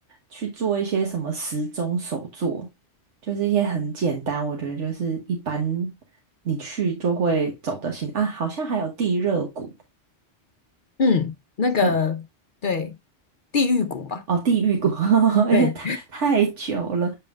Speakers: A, on the right (about 85°); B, on the left (about 50°).
A: 去做一些什么时钟手作，就是一些很简单，我觉得就是一般你去就会走的行啊，好像还有地热谷。
B: 嗯，那个对，
A: 对。
B: 地狱谷吧，
A: 哦，地狱国，<laughs>
B: 对，
A: 因为太太久了，